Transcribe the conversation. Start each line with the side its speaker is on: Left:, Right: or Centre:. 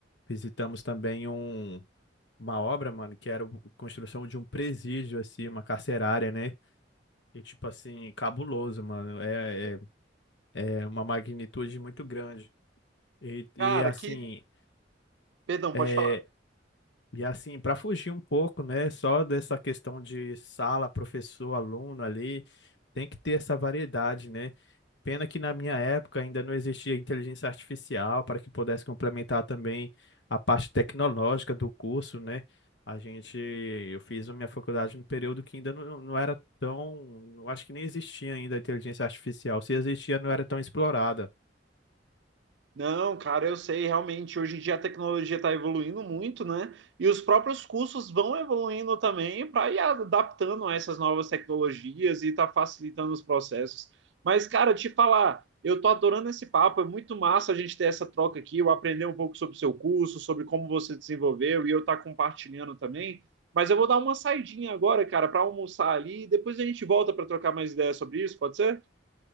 Left: Visitamos também um, uma obra, mano, que era o- a construção de um presídio, assim, uma carcerária, né? E, tipo assim, cabuloso, mano. É, é, é uma magnitude muito grande. E, e
Right: Cara,
Left: assim,
Right: que. Perdão,
Left: é,
Right: pode falar.
Left: e assim, para fugir um pouco, né, só dessa questão de sala, professor, aluno ali, tem que ter essa variedade, né? Pena que na minha época ainda não existia inteligência artificial para que pudesse complementar também a parte tecnológica do curso, né? A gente, eu fiz a minha faculdade num período que ainda não, não era tão, eu acho que nem existia ainda a inteligência artificial. Se existia, não era tão explorada.
Right: Não, cara, eu sei, realmente, hoje em dia a tecnologia está evoluindo muito, né? E os próprios cursos vão evoluindo também para ir adaptando a essas novas tecnologias e está facilitando os processos. Mas, cara, te falar, eu tô adorando esse papo, é muito massa a gente ter essa troca aqui, eu aprender um pouco sobre o seu curso, sobre como você desenvolveu e eu estar compartilhando também. Mas eu vou dar uma saidinha agora, cara, para almoçar ali e depois a gente volta para trocar mais ideias sobre isso, pode ser?